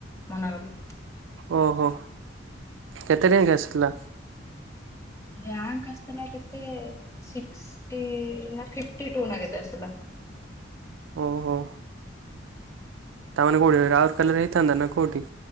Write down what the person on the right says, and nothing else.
ଓହୋ। କେତେ ରିଆଙ୍ଗ ଆସିଥିଲା?
ଓହୋ। ତାମାନେ କୋଉଠି ରାଉରକେଲା ରେ ହେଇଥାନ୍ତା ନା କୋଉଠି?